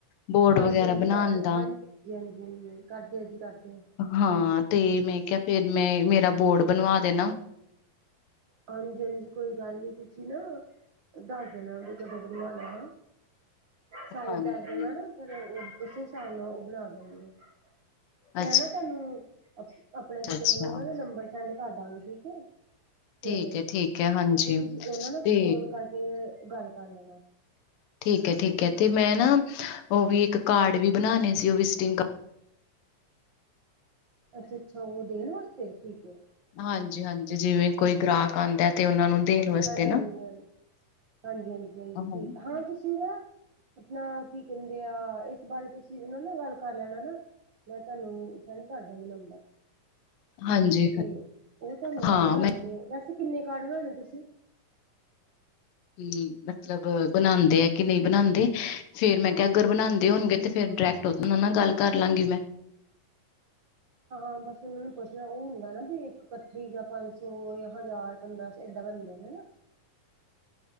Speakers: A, on the left; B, on the right.
A: ਬੋਰਡ
B: ਹਾਂਜੀ
A: ਵਗੈਰਾ
B: ਹਾਂਜੀ
A: ਬਣਾਉਣ
B: ਕਰਦੇ
A: ਦਾ
B: ਹਾਂਜੀ ਹ ਹਾਂਜੀ ਹ ਕਰਦੇ ਜੀ ਕਰਦੇ ਐ।
A: ਹਾਂ ਤੇ ਮੈਂ ਕਿਹਾ ਫੇਰ ਮੈਂ ਮੇਰਾ ਬੋਰਡ ਬਣਵਾ ਦੇਣਾ।
B: ਹਾਂਜੀ ਹਾਂਜੀ ਕੋਈ ਗੱਲ ਨੀ ਤੁਸੀਂ ਨਾ ਦੱਸ ਦੇਣਾ ਵੀ ਕਦੋਂ ਬਣਵਾਣਾ ਹੈ। ਸਾਈਜ਼
A: ਹਾਂਜੀ
B: ਦੱਸ ਦੇਣਾ ਨਾ ਫਿਰ ਉਹ ਉਸੇ ਹਿਸਾਬ ਨਾਲ ਉਹ ਬਣਾ ਦੇਣਗੇ। ਮੈਂ
A: ਅੱਛਾ
B: ਨਾ ਤੁਹਾਨੂੰ ਆਪਣਾ ਕੀ
A: ਅੱਛਾ
B: ਕਹਿੰਦੇ ਉਹਨਾਂ ਦਾ ਨੰਬਰ ਸੈਂਡ ਕਰ ਦਾਂਗੀ ਠੀਕ ਹੈ।
A: ਠੀਕ
B: ਸਵੇਰੇ
A: ਹੈ ਠੀਕ ਹੈ ਹਾਂਜੀ
B: ਤੇ ਫਿਰ ਤੁਸੀਂ ਉਹਨਾਂ ਨਾਲ
A: ਤੇ
B: ਫੋਨ ਕਰਕੇ ਗੱਲ ਕਰ ਲੈਣਾ
A: ਠੀਕ ਹੈ ਠੀਕ ਹੈ ਤੇ ਮੈਂ ਨਾ ਉਹ ਵੀ ਇੱਕ ਕਾਰਡ ਵੀ ਬਣਾਣੇ ਸੀ ਉਹ ਵਿਟਿੰਗ ਕਾਰਡ -
B: ਅੱਛਾ ਅੱਛਾ ਉਹ ਦੇਣ ਵਾਸਤੇ, ਠੀਕ ਹੈ।
A: ਹਾਂਜੀ ਹਾਂਜੀ ਜਿਵੇਂ ਕੋਈ ਗ੍ਰਾਹਕ ਆਉਂਦਾ। ਤੇ ਉਹ ਨੂੰ ਦੇਣ ਵਾਸਤੇ।
B: ਹਾਂਜੀ-ਹਾਂਜੀ
A: ਨਾ
B: ਹ ਹਾਂਜੀ-ਹਾਂਜੀ-ਹਾਂਜੀ
A: ਹਾਂਜੀ
B: ਠੀਕ ਏ, ਹਾਂ ਤੁਸੀ ਨਾ। ਆਪਣਾ ਕੀ ਕਹਿੰਦੇ ਆ ਇਸ ਬਾਰੇ ਤੁਸੀਂ ਉਹਨਾਂ ਨਾ ਗੱਲ ਕਰ ਲੈਣਾ ਨਾ। ਮੈਂ ਤੁਹਾਨੂੰ ਸੈਂਡ ਕਰ ਦਾਂਗੀ ਨੰਬਰ।
A: ਹਾਂਜੀ
B: ਤੇ ਉਹ ਤੁਹਾਨੂੰ
A: ਹਾਂ
B: ਆਪੇ ਦੱਸ
A: ਮੈਂ
B: ਦੇਣਗੇ, ਵੈਸੇ ਕਿੰਨੇ ਕਾਰਡ ਬਣਾਉਣੇ ਤੁਸੀਂ।
A: ਹੂ ਮਤਲਬ ਬਣਾਉਂਦੇ ਹੈ ਕਿ ਨਹੀਂ ਬਣਾਉਂਦੇ। ਫੇਰ ਮੈਂ ਕਿਹਾ ਅਗਰ ਬਣਾਉਂਦੇ ਹੋਣਗੇ ਤੇ ਫੇਰ ਡਾਇਰੈਕਟ ਉਹਦਾ ਨਾਲ ਗੱਲ ਕਰ ਲਾਂਗੀ ਮੈਂ। ਹ।
B: ਹ ਬਸ ਉਹਨਾਂ ਨੂੰ ਪੁੱਛਣਾ ਉਹ ਹੁੰਦਾ ਨਾ ਵੀ ਇੱਕ ਪਰਚੀ ਜਾਂ ਪੰਜ ਸੌ, ਜਾਂ ਹਜ਼ਾਰ ਪੰਦਰਾਂ ਸੋ ਏਦਾਂ ਬਣਦੇ ਨੇ ਹੈਨਾ।